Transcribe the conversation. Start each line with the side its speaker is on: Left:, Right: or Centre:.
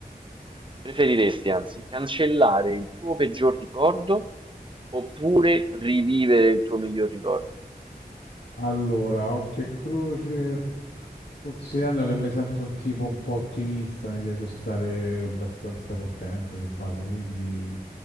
Right: preferiresti anzi, cancellare il tuo peggior ricordo oppure rivivere il tuo miglior ricordo?
Left: Allora, occhio e croce, considerando che mi sento un tipo un po' ottimista, mi piace stare abbastanza contento di base, quindi